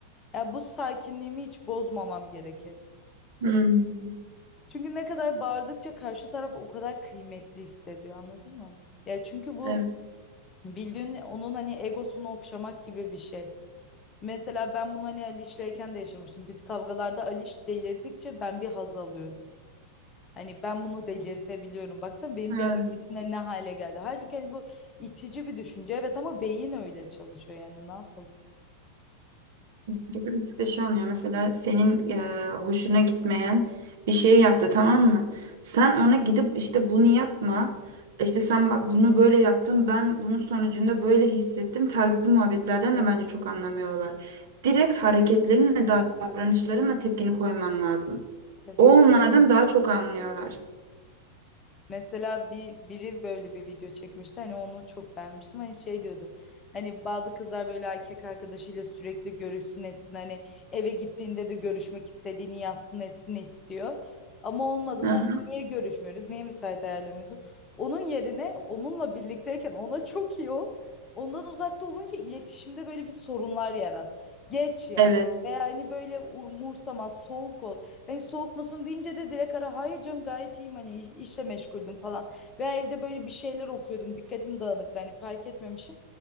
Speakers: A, on the left; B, on the right.
A: Ya bu sakinliğimi hiç bozmamam gerekir.
B: Hmm,
A: Çünkü ne kadar bağırdıkça karşı taraf o kadar kıymetli hissediyor anladın mı? Ya çünkü bu
B: evet.
A: bildiğin onun hani egosunu okşamak gibi bir şey. Mesela ben bunu hani Aliş'leyken de yaşamıştım. Biz kavgalarda Aliş delirdikçe ben bir haz alıyordum. Hani ben bunu delirtebiliyorum. Baksana benim
B: Ha,
A: bir hareketimle ne hale geldi. Halbuki hani bu itici bir düşünce. Evet ama beyin öyle çalışıyor yani ne yapalım.
B: Böyle bir şey oluyor. Mesela senin e, hoşuna gitmeyen bir şey yaptı tamam mı? Sen ona gidip işte bunu yapma. İşte sen bak bunu böyle yaptın. Ben bunun sonucunda böyle hissettim. Tarzı muhabbetlerden de bence çok anlamıyorlar. Direkt hareketlerinle, davranışlarınla tepkini koyman lazım.
A: Tabii
B: O
A: ki.
B: onlardan daha çok anlıyorlar.
A: Mesela bir biri böyle bir video çekmişti hani onu çok beğenmiştim hani şey diyordu hani bazı kızlar böyle erkek arkadaşıyla sürekli görüşsün etsin hani eve gittiğinde de görüşmek istediğini yazsın etsin istiyor ama olmadığında
B: Aha,
A: hani niye görüşmüyoruz niye müsait ayarlamıyorsun onun yerine onunla birlikteyken ona çok iyi ol ondan uzakta olunca iletişimde böyle bir sorunlar yarat geç ya
B: evet.
A: veya hani böyle umursamaz soğuk ol Hani soğuk musun deyince de direkt ara hayır canım gayet iyiyim hani iş- işle meşguldüm falan. Veya evde böyle bir şeyler okuyordum dikkatim dağınıktı hani fark etmemişim.